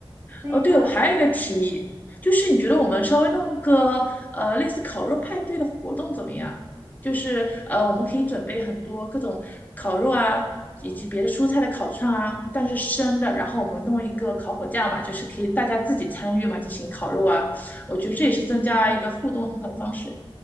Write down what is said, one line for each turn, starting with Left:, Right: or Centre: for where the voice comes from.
Right: 所以的话，
Left: 哦，对，我还有一个提议，就是你觉得我们稍微弄个呃类似烤肉派对的活动怎么样？就是呃，我们可以准备很多各种烤肉啊，以及别的蔬菜的烤串啊，但是生的，然后我们弄一个烤火架嘛，就是可以大家自己参与嘛，进行烤肉啊。我觉得这也是增加一个互动很好的方式。